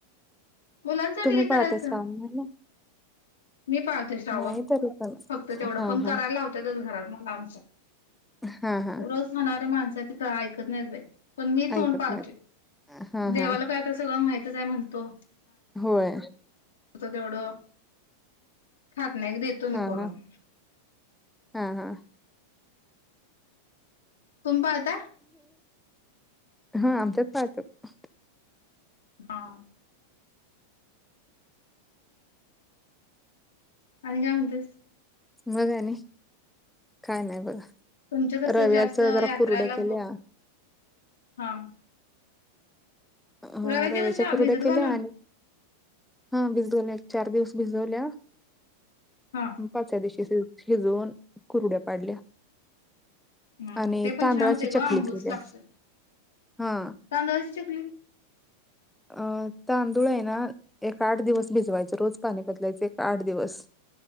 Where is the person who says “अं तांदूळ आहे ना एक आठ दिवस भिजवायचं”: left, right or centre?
Centre